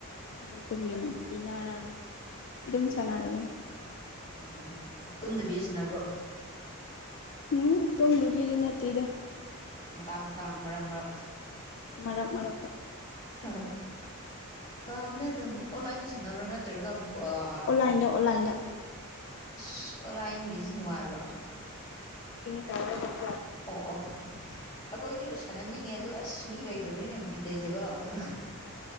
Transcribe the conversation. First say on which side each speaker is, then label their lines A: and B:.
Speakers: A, on the left; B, on the left.
A: ꯑꯗꯨꯇꯔꯦꯡ ꯄꯤꯅꯔꯒ ꯑꯗꯨꯝ ꯁꯥꯟꯅꯔꯕꯅꯦ
B: ꯎꯝ ꯇꯨꯝꯗꯕꯤꯁꯤꯅꯕ꯭ꯔꯣ
A: ꯎꯝ ꯇꯨꯝꯗꯨꯕꯤꯗꯤ ꯅꯠꯇꯦꯗ
B: ꯃꯇꯥꯡ ꯃꯇꯥꯡ ꯃꯔꯛ ꯃꯔꯛ
A: ꯃꯔꯛ ꯃꯔꯛꯇ
B: ꯑ ꯄꯥꯕꯅꯦ ꯑꯗꯨꯝ ꯑꯣꯟꯂꯥꯏꯟꯗ ꯁꯨꯅꯕ꯭ꯔꯥ ꯅꯠꯇ꯭ꯔꯒ ꯑꯥ
A: ꯑꯣꯟꯂꯥꯏꯟꯗ ꯑꯣꯟꯂꯥꯏꯟꯗ
B: ꯏꯁ ꯑꯣ ꯂꯥꯏꯟꯒꯤꯁꯤ ꯅꯨꯡꯉꯥꯏꯕ꯭ꯔꯣ
A: ꯇꯔ
B: ꯑꯣ ꯑꯣ ꯑꯩꯈꯣꯏꯗꯨ
A: ꯑꯃꯁꯨ
B: ꯁꯥꯟꯅꯅꯤꯡꯉꯦ
A: ꯂꯩꯌꯦꯕ
B: ꯑꯣ ꯑꯁ ꯃꯤ ꯂꯩꯇꯕꯅꯤꯅ ꯕꯤꯠ ꯂꯩ ꯇꯕ ꯑꯗꯨ